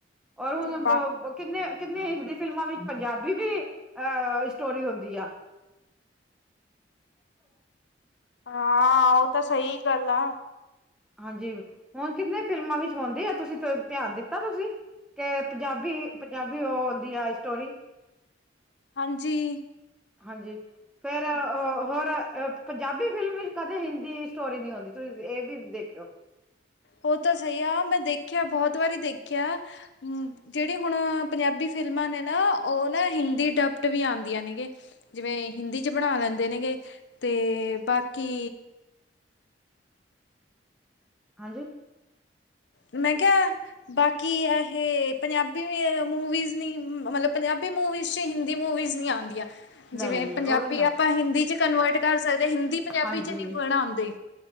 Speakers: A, in the centre; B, on the left.
A: ਔਰ ਹੁਣ।
B: ਤੇ ਬਾ
A: ਕਿੰਨੇ ਕਿੰਨੇ ਹਿੰਦੀ ਫਿਲਮਾਂ ਵਿੱਚ ਪੰਜਾਬੀ ਵੀ ਅਹ ਸਟੋਰੀ ਹੁੰਦੀ ਆ। ਹਮ।
B: ਹਾਂ, ਆ ਉਹ ਤਾਂ ਸਹੀ ਗੱਲ ਆ।
A: ਹਾਂਜੀ ਹੁਣ ਕਿੰਨੇ ਫਿਲਮਾਂ ਵਿੱਚ ਹੁੰਦੀ ਆ? ਤੁਸੀਂ ਧਿਆਨ ਦਿੱਤਾ ਤੁਸੀਂ? ਤੇ ਪੰਜਾਬੀ ਪੰਜਾਬੀ ਉਹ ਹੁੰਦੀ ਆ ਸਟੋਰੀ।
B: ਹਾਂਜੀ।
A: ਹਾਂਜੀ ਫੇਰ। ਅ
B: ਕੀ
A: ਹੋਰ ਪੰਜਾਬੀ ਫਿਲਮ ਵਿੱਚ ਕਦੇ ਹਿੰਦੀ ਸਟੋਰੀ ਨਹੀ ਹੁੰਦੀ ਤੁਸੀਂ ਇਹ ਵੀ ਦੇਖਿਓ।
B: ਉਹ ਤਾਂ ਸਹੀ ਆ। ਮੈਂ ਦੇਖਿਆ ਬਹੁਤ ਵਾਰੀ ਦੇਖਿਆ। ਜਿਹੜੀ ਹੁਣ ਪੰਜਾਬੀ ਫਿਲਮਾਂ ਨੇ ਨਾ ਉਹ ਨਾ ਹਿੰਦੀ ਡੱਬ। ਵੀ ਆਉਂਦੀਆਂ ਨੇ ਗ ਜਿਵੇਂ ਹਿੰਦੀ ਚ ਬਣਾ ਲੈਂਦੇ ਨੇ ਗੇ ਤੇ ਬਾਕੀ।
A: ਹਾਂਜੀ।
B: ਮੈਂ ਕਿਹਾ ਬਾਕੀ ਹੈ। ਇਹ ਪੰਜਾਬੀ ਮੂਵੀਜ਼ ਨ, ਮਤਲਬ ਪੰਜਾਬੀ ਮੂਵੀਜ਼ ਚ ਹੀ। ਹਿੰਦੀ ਮੂਵੀਜ ਨਹੀ ਆਉਂਦੀਆਂ। ਜਿਵੇਂ
A: ਨਹੀਂ
B: ਪੰਜਾਬੀ
A: ਉਹੀ ਨਾ
B: ਆਪਾਂ ਹਿੰਦੀ ਚ ਕਨਵਰਟ ਕਰ ਸਕਦੇ ਹਿੰਦੀ। ਪੰਜਾਬੀ
A: ਹਾਂਜੀ,
B: 'ਚ ਨਹੀਂ ਬਣਾਉਂਦੇ